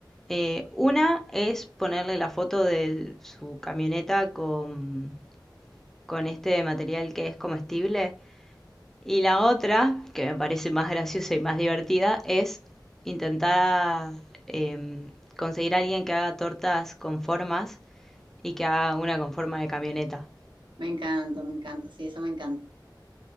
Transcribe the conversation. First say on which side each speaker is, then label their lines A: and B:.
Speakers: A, in the centre; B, on the right (about 80°).
A: Eh, una es ponerle la foto de su camioneta con, con este material que es comestible. Y la otra, que me parece más graciosa y más divertida, es intentar em, conseguir a alguien que haga tortas con formas y que haga una con forma de camioneta.
B: Me encanta, me encanta, sí, eso me encanta.